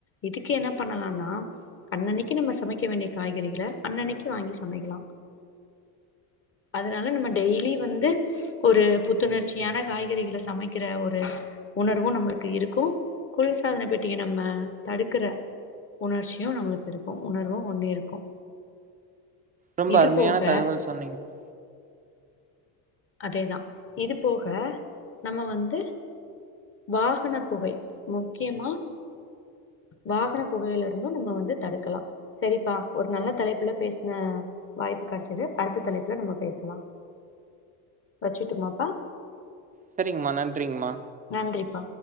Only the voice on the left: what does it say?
இதுக்கு என்ன பண்ணலானா அன்னன்னைக்கு நம்ம சமைக்க வேண்டிய காய்கறிகள அன்னன்னைக்கு வாங்கி சமைக்கலா அதனால நம்ம டெய்லி வந்து ஒரு புத்துணர்ச்சியான காய்கறிகள சமைக்கிற ஒரு உணர்வு நம்மளுக்கு இருக்கு குளி ர்சாதன பெட்டிய நம்ம தடுக்கற உணர்ச்சியு நம்மளுக்கு இருக்கு உணர்வு ஒண்ணு இருக்கு
இது
போக
அதேதா இது போக நம்ம வந்து வாகன புகை முக்கியமா வாகன புகையில இருந்து நம்ம வந்து தடுக்கலா சரிப்பா ஒரு நல்ல தலைப்புல பேசின வாய்ப் பு கெடைச்சுது அடுத்த தலைப்புல நம்ம பேசலா வச்சுர்ட்டுமாப்பா
நன்றிப்பா